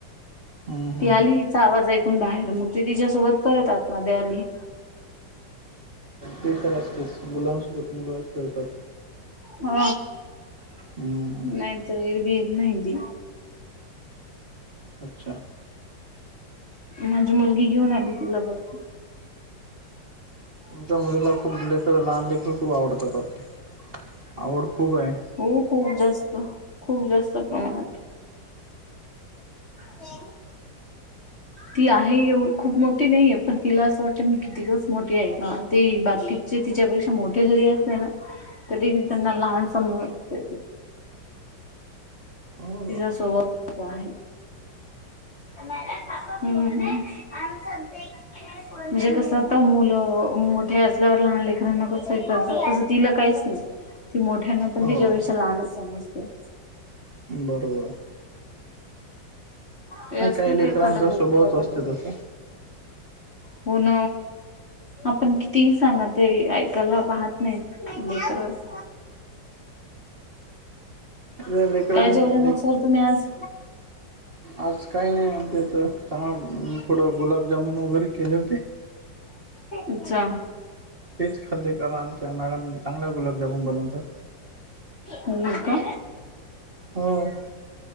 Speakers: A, on the right; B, on the left.
A: हम्म हम्म
B: ती आली तिचा आवाज ऐकून बाहेर मग ती तिच्यासोबत परत आत मध्ये आली
A: ते तर असतेच मुलांसोबत मुलं खेळतात
B: हा
A: हम्म
B: नाहीत एरवी येत नाहीती
A: अच्छा
B: माझी मुलगी घेऊन आली तिला वरती
A: तुमच्या मुलीला खूप लेकर लहान लेकर खूप आवडतात वाटतंआवड खूप आहे
B: हो खूप जास्त खूप जास्त प्रमाणात तेन ती आहे एवढ खूप मोठी नाहीये पण तिला असं वाटतं मी कीतगमोठी आहे का तीबाकी जे तिच्यापेक्षा मोठे जरी असते ना तरी त्यांना लहान समोर असत
A: ह
B: तिच्या सोबतच आहे हम्म्
A: <unintelligible>
B: म्हणजे कसं तर मुलं मोठे असल्यावर लहान लेकरांना कसं तस तिला काहीच नाही ती मोठ्यांना पण
A: हो
B: तिच्यापेक्षा लहानच समजते
A: बरोबर
B: ते असतेच
A: मग काही लेकरांचा
B: एखादं लेकरू
A: स्वभावच
B: आता
A: असते तसं
B: पुन आपण कितीही सांगत ते ऐकायला पाहत नाही ललेकरच
A: <unintelligible> या लेकरांनी
B: काय जेवलं
A: ले
B: मग सर तुम्ही आज
A: आज काही नाही आमच्या इथ चांग थोडं गुलाबजामुन वगैरे केले होते
B: अच्छा
A: तेच खाल्ले क आमच्या मॅडम चांगला गुलाबजामन बनवतात
B: हम का
A: ह